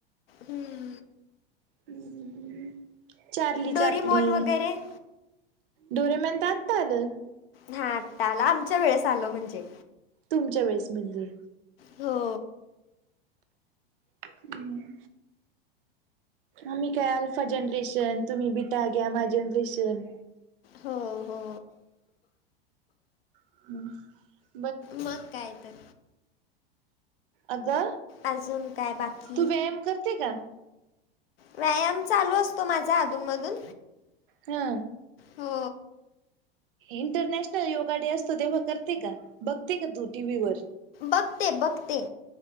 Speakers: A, on the left; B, on the right.
A: हुम्म
B: हु हु चार्ली
A: डोरीमोन
B: चापली
A: वगैरे
B: डोरेमॉन तर आत्ता आलय
A: हा आता आला आमच्या वेळेस आलो म्हणजे
B: तुमच्या वेळेस म्हणजे
A: हो
B: हम्म आम्ही काय अल्फा जनरेशन तुम्ही बिटा ग्यामाह जनरेशन
A: हो हो
B: हम्
A: मग काय तर.
B: अग अ
A: अजून काय बाकी
B: तू व्यायाम करती का.
A: व्यायाम चालू असतो माझा आधूनमधून.
B: हा,
A: हो,
B: इंटरनॅशनल योगा डे असतो तेव्हा करते का बघते का तू टीव्ही वर.
A: बघते बघते.